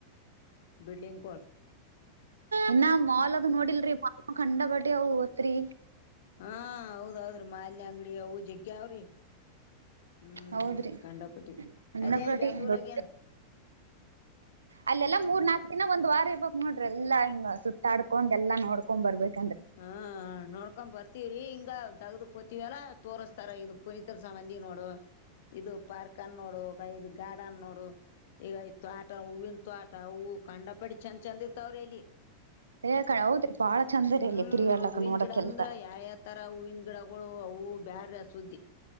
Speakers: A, on the left; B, on the right.
A: ಬಿಲ್ಡಿಂಗ ಕಲ್
B: ಇನ್ನ ಮಾಲ್ಾಗ ನೋಡಿಲ್ರಿ ಮಾಲ್ ಕಂಡ ಬಟ್ಟಿ ಅ ಓತ್ರಿ
A: ಹಾ ಹೌದ್ೌದ್ರಿ ಮಾಲಿನ್ಯ ಅಂಗಡಿ ಅವು ಜಗ್ಗಗೆ ಅವ್ರಿ. ಹ್ಮ್
B: ಹೌದ್ರಿ
A: ಂಡಪಟ್ಟಿ
B: ಕಂಡಪಟಿ
A: ಅಲ್ಲೇನ್ ಬೆ್ಯಾಂಗ್ಳೂರಾಗೇನು
B: ದೊಡ್ಡ ಅಲ್ಲೆಲ್ಲಾ ಮೂರ್ ನಾಕು ದಿನ ಒಂದ್ ವಾರ ಇರಬೇಕು ನೋಡ್ರಿ. ್ರ ಎಲ್ಲ ಹಿಂಗ್ ಸುತ್ತಾಡ್ಕೊಂಡ ಎಲ್ಲಾ ನೋಡ್ಕೊಂಡ್ ಬರ್ಬೇಕು.
A: ಹಾ ನೋಡ್ಕೊ್ ಬರ್ತ ಹತಿವ್ರಿ ಹಿಂಗ ತಗ್ದ ಕೊೋತಿವಿಲ್ಲ ತೋರ್ರಿಸಸ್ತಾರ ಇದು ಪುನೀಿತರ ಸಂಬಂಧಿ ನೋಡು. ಇದು ಪಾರ್ಕ್ ಅನ್ ನೋಡು ಇದು ಗಾರ್ಡನ್ ನೋಡು. ಈಗ ತೋಟ ಹೂವಿನ ತೋಟ ಹೂ ಕಂಡ ಪಡಿ ಚಂದ ಚಂದ ಇರ್ತಾವ್ರ ಇಲ್ಲಿ.
B: ಹ ಹೌದ್ರಿ ಬಾಳ ಚಂದ.
A: ಹ್ಮ್
B: ರೀ ಅಲ್ಲಿ ತಿರ್ಗಾಡ್ಲಕ್
A: ಹೂವಿನ
B: ನೋಡಕ್ಕೆಲ್ಲಾ
A: ಗಿಡ ಅಂದ್ರ ಯಾವ ಯಾವ ತರ ಹೂವಿನ ಗಿಡ ಮಗಳು ಅವು ಬ್ಯಾಡ್ರ ಸುದ್ದಿ